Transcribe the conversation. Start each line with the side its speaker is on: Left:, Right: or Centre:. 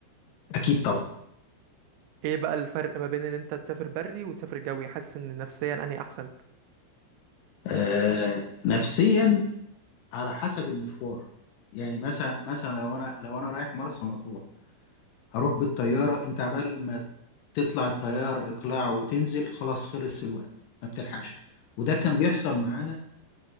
Left: اكيد طبعا
Right: ايه بقى الفرق ما بين ان انت تسافر بري وتسافر جوي حاسس ان نفسيا انهي احسن
Left: آه نفسيا على حسب المشوار يعني مثلا مثلا لو انا لو انا رايح مرسى مطروح هروح بالطياره انت عبال ما تطلع الطياره اقلاع وتنزل خلاص خلص الوقت ما بتلحقش وده كان بيحصل معانا